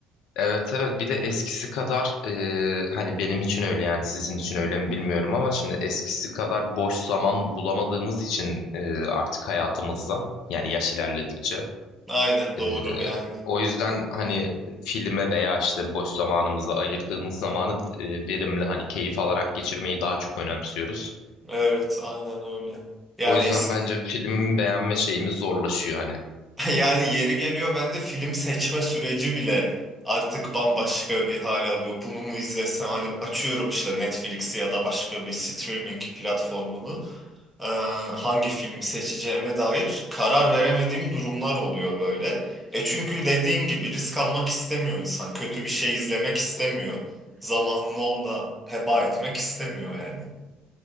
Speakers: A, on the left (about 65°); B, in the centre.
A: Evet evet bir de eskisi kadar e, hani benim için öyle yani sizin için öyle mi bilmiyorum ama şimdi eskisi kadar boş zaman bulamadığımız için e, artık hayatımızda yani yaş ilerledikçe
B: Aynen doğru
A: e,
B: yani.
A: o yüzden hani filme veya işte boş zamanımıza ayırdığımız zamanı e, verimli hani keyif alarak geçirmeyi daha çok önemsiyoruz.
B: Evet aynen öyle. Yani
A: O yüzden
B: eski
A: bence film beğenme şeyimiz zorlaşıyor hani.
B: <laughs> yani yeri geliyor bende film seçme süreci bile artık bambaşka bir hal alıyor. Bunu mu izlesem hani açıyorum işte Netflix'i ya da başka bir streaming platformunu. Ee, hangi filmi seçeceğime dair karar veremediğim durumlar oluyor böyle. E çünkü dediğin gibi risk almak istemiyor insan. Kötü bir şey izlemek istemiyor. Zamanını onunla heba etmek istemiyor yani.